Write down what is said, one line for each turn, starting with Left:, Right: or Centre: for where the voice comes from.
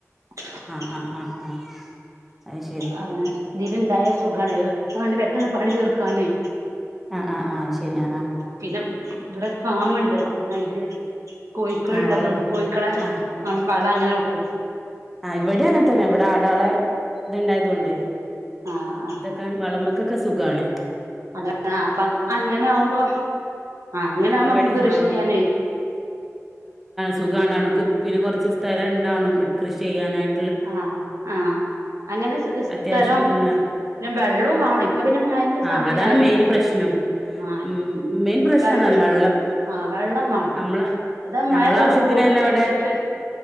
Right: ക്കണ്ട
Centre: ആഹ് ആഹ് ആഹ് ആഹ് അത് ശരി
Right: അവന ഇതിലുണ്ടായ സുഖാണ് പണി പെട്ടെന്ന് പണി തീർക്കാനേ
Centre: ആഹ് ആഹ് ആഹ് ശരി ആഹ് ആഹ്
Right: പിന്നെ ഇവിടെ ഫാമുണ്ട് അപ്പ പിന്നെ അതില് കോഴികൾ
Centre: ആഹ്
Right: ഉള്ളതുകൊണ്ട്
Centre: വളമ
Right: കോഴിക്കളെ
Centre: ആഹ്
Right: ന വള അങ്ങനെ കിട്ടും
Centre: ഇവിടെ അങ്ങന തന്നെ ഇവിടെ ഇത്ണ്ടായത കൊണ്ട്
Right: ആ ആ
Centre: ഇതൊക്കാൻ വളമക്കൊക്കെ സുഖണ
Right: അത അപ്പ അങ്ങനെ ആവുമ്പോ ആ അങ്ങനെ ആവുമ്പോ
Centre: ഇവിടേം
Right: നമക്ക് കൃഷി ചെയ്യാന
Centre: സുഖണ് അനക്ക് പിന്നെ കുറച്ച് സ്ഥലണ്ടാവണം കൃഷി ചെയ്യാനായി
Right: ആ ആ അങ്ങനെ സ്ഥലം
Centre: അത്യാവശ്യത്തിനുള്ള
Right: പിന്നെ വെള്ളവും വാണം ഇപ്പ പിന്നെ മഴറ്റെ
Centre: ആഹ്
Right: സമയായി
Centre: അതാണ് മെയിൻ പ്രശ്നം
Right: ആ
Centre: ഉം മെയിൻ പ്രശ്നം
Right: വെള്ള
Centre: അതാണ് വെള്ളം
Right: ആ വെള്ളം വേണം
Centre: നമ്മള
Right: അതാ
Centre: നമ്മള
Right: മഴ തൊടങ്ങുമ്പോക്കി
Centre: ആവശ്യത്തിന് തന്നെ
Right: കുഴിച്ചിട്ട്
Centre: ഇവിടെ